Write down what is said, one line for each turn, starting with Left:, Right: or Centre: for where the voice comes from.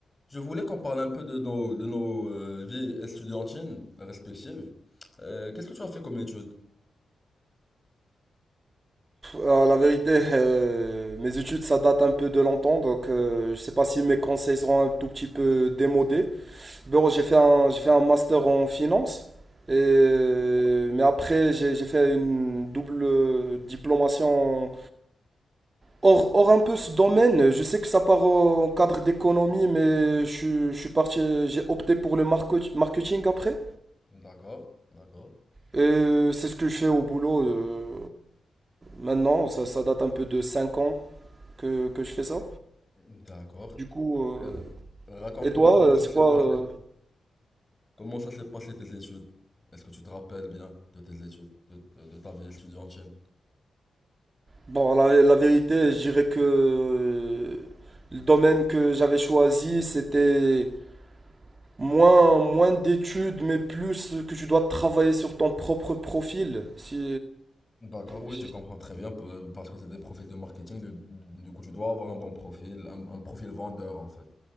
Left: Je voulais qu'on parle un peu de nos, de nos euh, vies étudiantines respectives. Euh, qu'est-ce que tu as fait comme étude?
Right: Euh, la vérité, euh, mes études, ça date un peu de longtemps, donc euh, je ne sais pas si mes conseils seront un tout petit peu démodés. Bon, j'ai fait un, j'ai fait un master en finance, et, euh, mais après, j'ai, j'ai fait une double euh, diplomation hors, hors un peu ce domaine. Je sais que ça part en cadre d'économie, mais je, suis- je suis parti, j'ai opté pour le marco- marketing après.
Left: D'accord, D'accord.
Right: Et euh, c'est ce que je fais au boulot euh, maintenant, ça, ça date un peu de 5 ans que, que je fais ça.
Left: d'accord.
Right: Du coup, euh,
Left: Euh, Euh, raconte-moi
Right: et toi,
Left: comment
Right: euh,
Left: ça
Right: c'est
Left: s'est
Right: quoi
Left: passé.
Right: euh,
Left: Comment ça s'est passé tes études? Est-ce que tu te rappelles bien de tes études, de, de- de ta vie étudiantine?
Right: Bon, la, la vérité, je dirais que euh, le domaine que j'avais choisi, c'était moins, moins d'études, mais plus que tu dois travailler sur ton propre profil. Si,
Left: d'accord, oui,
Right: si-
Left: je comprends. très bien pe- parce que c'est des profils de marketing. Du, du- du coup, tu dois avoir un bon profil, un, un profil vendeur en fait.